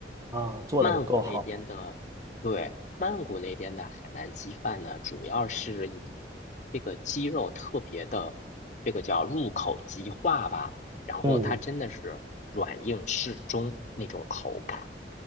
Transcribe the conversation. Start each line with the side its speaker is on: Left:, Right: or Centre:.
Right: 啊，做的不够好，
Left: 曼谷那边的，对，曼谷那边的海南鸡饭呢，主要是以这个鸡肉特别的，这个叫入口即化吧，然后它真的是软硬适中那种口感。
Right: 嗯。